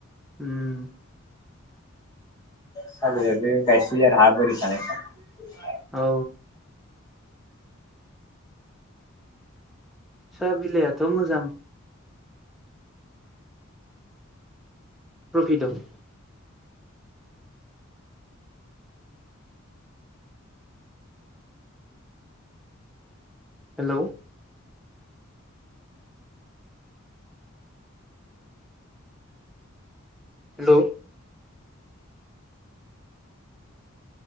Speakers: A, in the centre; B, on the left (about 20°).
A: उम
B: सा बिलायबो गायसोयो आरो हा बोरि थानायफ्राव
A: औ। साहा बिलाइआथ' मोजां प्रपित दं। Hello hello